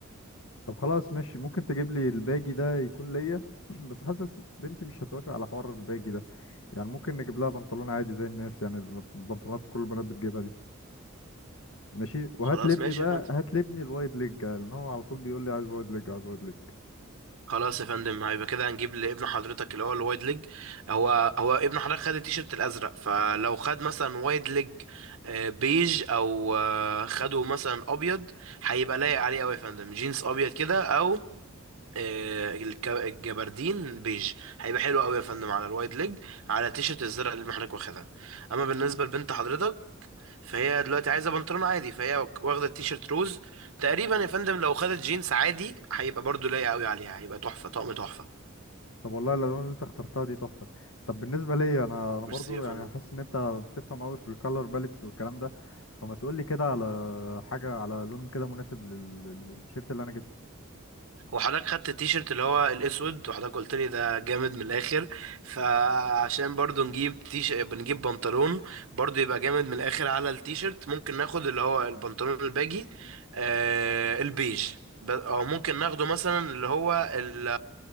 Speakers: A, on the left; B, on the right.
A: طب خلاص ماشي ممكن تجيب لي الباجي ده يكون ليا <clears throat> بس حاسس بنتي مش هتوافق على حوار الباجي ده يعني ممكن نجيب لها بنطلون عادي زي الناس يعني البنطلونات كل البنات بتجيبها دي ماشي وهات
B: خلاص
A: لابني
B: ماشي
A: بقى
B: يا فندم
A: هات لابني الوايد ليج لان هو على طول بيقول لي عايز وايد ليج عايز وايد ليج
B: خلاص يا فندم هيبقى كده هنجيب لابن حضرتك اللي هو الوايد ليج هو هو ابن حضرتك خد التيشيرت الازرق فلو خد مثلا وايد ليج آه، بيج او آه، خده مثلا ابيض هيبقى لايق عليه قوي يا فندم جينز ابيض كده او آه، الك- الجبردين بيج هيبقى حلو قوي يا فندم على الوايد ليج على التيشيرت الزرق اللي ابن حضرتك واخدها اما بالنسبه لبنت حضرتك فهي دلوقتي عايزه بنطلون عادي فهي واخده التيشيرت روز تقريبا يا فندم لو خدت جينز عادي هيبقى برضو لايق قوي عليها هيبقى تحفه طقم تحفه
A: طب والله الالوان اللي انت اخترتها دي تحفه طب بالنسبه ليا انا انا برضو
B: ميرسي يا فندم
A: يعني حاسس ان انت بتفهم قوي في الكالر باليتس والكلام ده فما تقول لي كده على حاجه على لون كده مناسب لل- لل- للتيشيرت اللي انا جبته
B: وحضرتك خدت التيشيرت اللي هو الاسود وحضرتك قلت لي ده جامد من الاخر فعشان برضو نجيب تيش بنجيب بنطلون برضو يبقى جامد من الاخر على التيشيرت ممكن ناخد اللي هو البنطلون الباجي آه البيج ب- او ممكن ناخده مثلا اللي هو ال